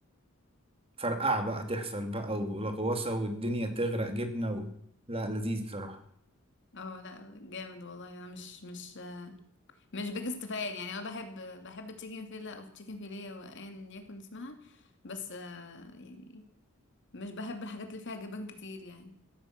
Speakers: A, on the right (about 25°); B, on the left (about 60°).
A: فرقعة بقى تحصل بقى ولغوصة والدنيا تغرق جبنة و... لا لذيذ بصراحة
B: اه لا جامد والله انا مش مش مش بيجست فان يعني انا بحب بحب التشيكن فيلا او تشيكن فيليه وايا يكن اسمها بس آه، يعني مش بحب الحاجات اللي فيها جبن كتير يعني